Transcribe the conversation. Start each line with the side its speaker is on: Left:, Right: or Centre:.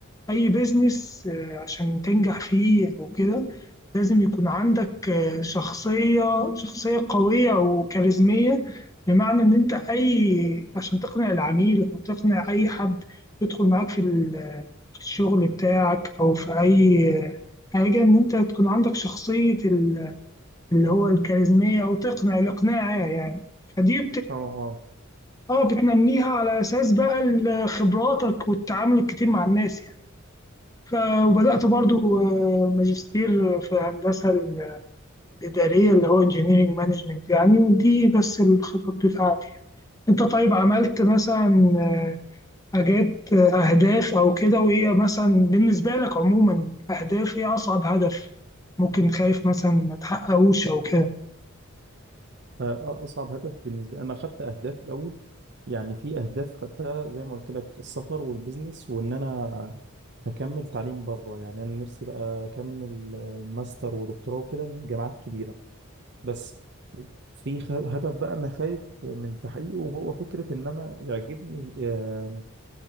Left: أي بيزنس آه، عشان تنجح فيه أو كده لازم يكون عندك آه، شخصية شخصية قوية وكاريزمية بمعنى إن أنت أي عشان تقنع العميل أو تقنع أي حد يدخل معاك في ال- في الشغل بتاعك أو في أي حاجة إن أنت تكون عندك شخصية ال- اللي هو الكاريزمية أو تقنع الإقناع يعني فدي
Right: اه اه
Left: اه بتنميها على اساس بقى ال- خبراتك والتعامل الكتير مع الناس يعني ف- وبدأت برضو آه، ماجستير في الهندسة ال- الإدارية اللي هو انجينيرنج مانجمنت يعني ودي بس الخطط بتاعتي يعني. انت طيب عملت مثلا آه، حاجات آه، أهداف أو كده وإيه مثلا بالنسبة لك عموما أهداف إيه أصعب هدف ممكن خايف مثلا ما تحققوش أو كده
Right: فأصعب هدف بالنسبة لي أنا خدت أهداف الأول يعني في أهداف خدتها زي ما قلت لك السفر والبزنس وإن أنا هكمل تعليم بره يعني أنا نفسي بقى أكمل آه، ماستر ودكتوراه وكده من جامعات كبيرة بس في خ- هدف بقى أنا خايف من تحقيقه وهو فكرة إن أنا يعجبني آه،